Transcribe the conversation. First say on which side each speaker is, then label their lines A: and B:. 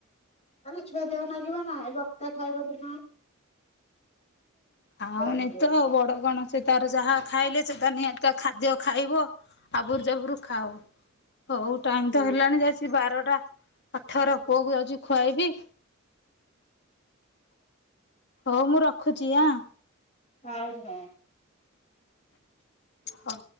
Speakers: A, on the left; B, on the left.
A: ଆରେ ଛୁଆ ଦେହ ଲାଗିବ ନା ଏ ବକ୍ତେ ଖାଇବ ଦିନ ମାନେ
B: ଆଉ ନି
A: ନାଗିବ
B: ତ
A: ଛୁଆ
B: ଆଉ ବଡ଼ କଣ ସେ ତାର ଯାହା ଖାଇଲେ ସେତ ନିହାତି ଖାଦ୍ୟ ଖାଇବ ଆବୁରୁ ଜାବୁରୁ ଖାଉ ହଉ ଟାଇମ୍
A: ହଁ
B: ତ ହେଲାଣି ଯାଇକୀ ବାରଟା ଅଠର ପୁଅକୁ ଯାଉଛି ଖୁଆଇବି। ହଉ ମୁଁ ରଖୁଛି ଆଁ।
A: ଆଉ କଣ
B: ହଁ।